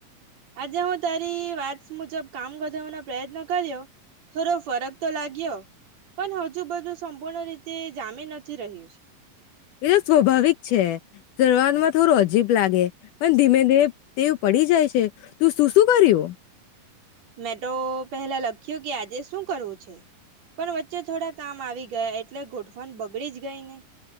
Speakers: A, on the right (about 50°); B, on the left (about 75°).
A: આજે હું તારી વાત મુજબ કામ વધવાનો પ્રયત્ન કર્યો થોડો ફરક તો લાગ્યો પણ હજુ બધું સંપૂર્ણ રીતે જામી નથી રહ્યું.
B: એ તો સ્વાભાવિક છે, <unintelligible> માં થોડું અજીબ લાગે પણ ધીમે ધીમે તેવ પડી જાય છે. તું શું શું કર્યું?
A: મેં તો પેહલા લખ્યું કે આજે શું કરવું છે, પણ વચ્ચે થોડા કામ આવી ગયા એટલે ગોઠવણ બગડી જ ગઈ ને.